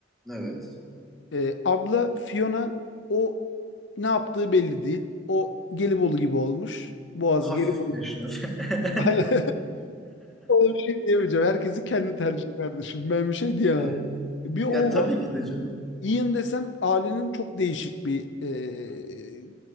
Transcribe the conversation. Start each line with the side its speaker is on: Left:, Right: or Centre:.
Centre: Evet.
Left: Ee, abla Fiona o ne yaptığı belli değil. O Gelibolu gibi olmuş. Boğaz
Centre: Hafif
Left: Gelibolu.
Centre: meşref. <laughs>
Left: <laughs> Aynen. Ona bir şey diyemeyeceğim. Herkesi kendi tercih kardeşim. Ben bir şey diyemem.
Centre: Evet.
Left: Bir o
Centre: Ya tabii
Left: var.
Centre: ki de canım.
Left: Ian desen ailenin çok değişik bir e,